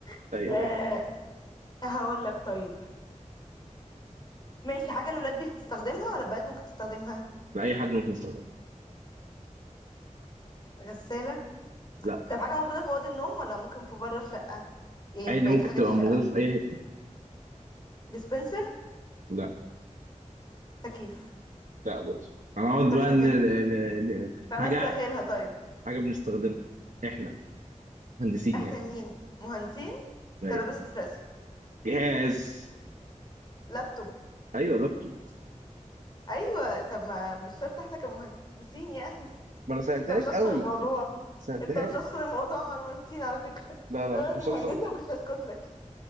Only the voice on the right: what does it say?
ايوه
ايوه
لا اي حد ممكن يستخدمه
لا
عادي
ممكن
تبقى
موجوده في اي حته
لا
لا برضه هنقعد
بقى
ن... ن... ن...
حاجه
حاجه بنستخدمها احنا مهندسين
يعني
ايوه
جهاز
ايوه لابتوب
ما
انا سهلتها
لك
قوي
سهلتها
لك
لا
لا
انت
مش
شخص